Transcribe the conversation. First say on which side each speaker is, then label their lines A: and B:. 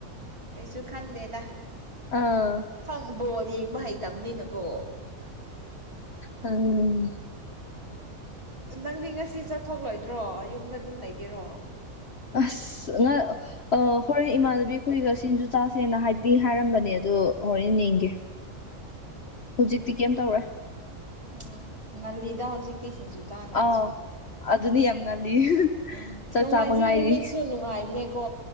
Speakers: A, on the right (about 20°); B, on the left (about 55°).
A: ꯀꯩꯁꯨ ꯈꯟꯗꯦꯗ
B: ꯑꯥ
A: <unintelligible> ꯪ ꯕꯣꯜ ꯌꯦꯡꯕ ꯍꯩꯇꯕꯅꯤꯅꯀꯣ
B: ꯎꯝ
A: ꯅꯪꯗꯤ ꯉꯁꯤ ꯆꯠꯊꯣꯛꯂꯣꯏꯗ꯭ꯔꯣ ꯌꯨꯝꯗ ꯑꯗꯨꯝ ꯂꯩꯒꯦꯔꯣ
B: ꯑ꯭ꯁ ꯑꯉꯥꯡ <unintelligible> ꯑꯥ ꯍꯣꯔꯦꯟ ꯏꯃꯥꯟꯅꯕꯤ ꯈꯣꯏꯒ ꯁꯤꯡꯖꯨ ꯆꯥꯁꯦꯅ ꯍꯥꯏꯗꯤ ꯍꯥꯏꯔꯝꯕꯅꯦ ꯑꯗꯣ ꯍꯣꯔꯦꯟ
A: ꯎꯝ
B: ꯌꯦꯡꯒꯦ
A: ꯎꯝ
B: ꯍꯧꯖꯤꯛꯇꯤ ꯀꯦꯝ ꯇꯧꯔꯣꯏ
A: ꯑꯣꯎꯝ <unintelligible> ꯉꯜꯂꯤꯗ ꯍꯧꯖꯤꯛꯇꯤ ꯁꯤꯡꯖꯨ ꯆꯥꯅꯕꯁꯨ
B: ꯑꯥꯎ ꯑꯗꯨꯅꯤ ꯌꯥꯝ ꯉꯜꯂꯤ
A: ꯎꯝ
B: ꯆꯥꯛ
A: ꯅꯣꯡꯃꯥꯏꯖꯤꯡ
B: ꯆꯥꯕ ꯉꯥꯏꯔꯤ
A: ꯅꯨꯃꯤꯠꯁꯨ ꯅꯨꯡꯉꯥꯏꯕꯅꯦꯀꯣ